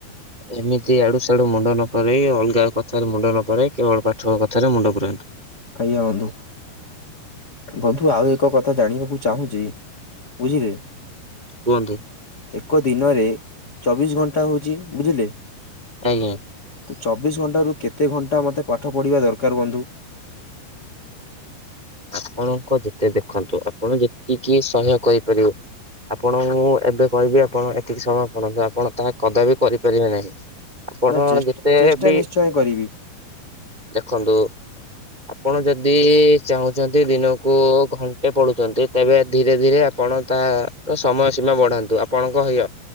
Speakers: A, on the right; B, on the left.
A: ଏମିତି ଆଡୁ ସାଡୁ ମୁଣ୍ଡ ନପୁରାଇ ଅଲଗା କଥାରେ ମୁଣ୍ଡ ନପୁରାଇ କେବଳ ପାଠ କଥାରେ ମୁଣ୍ଡ ପୁରାନ୍ତୁ
B: ଆଜ୍ଞା ବନ୍ଧୁ। ବଧୁ ଆଉ ଏକ କଥା ଜାଣିବାକୁ ଚାହୁଁଛି, ବୁଝିଲେ
A: କୁହନ୍ତୁ?
B: ଏକ ଦିନରେ ଚବିଶ ଘଣ୍ଟା ହଉଛିି, ବୁଝିଲେ
A: ଆଜ୍ଞା!
B: ତ ଚବିଶ ଘଣ୍ଟା ରୁ, କେତେ ଘଣ୍ଟା ମତେ ପାଠ ପଢିବା ଦରକାର ବନ୍ଧୁ?
A: ଆପଣଙ୍କ ଯେତେ ଦେଖନ୍ତୁ ଆପଣ ଯେତିକି ସହ୍ୟ କରିପାରିବେ ଆପଣ ମୁଁ ଏବେ କହିବି, ଆପଣ ଏତିକି ସମୟ ପଢନ୍ତୁ ଆପଣ ତାହା କଦା ବିି କରିପାରିବେ ନାହିଁ। ଆପଣ
B: ନା ଚେଷ୍ଟା
A: ଯେତେ
B: ଚେଷ୍ଟା
A: ବି,
B: ନିଶ୍ଚୟ କରିବି
A: ଦେଖନ୍ତୁ ଆପଣ ଯଦି ଚାହୁଁଛନ୍ତି ଦିନକୁ ଘଣ୍ଟେ ପଢ଼ୁଛନ୍ତି, ତେବେ ଧୀରେ ଧୀରେ ଆପଣ ତା ର ସମୟ ସୀ ମା ବଢାନ୍ତୁ ଆପଣଙ୍କ ହିୟ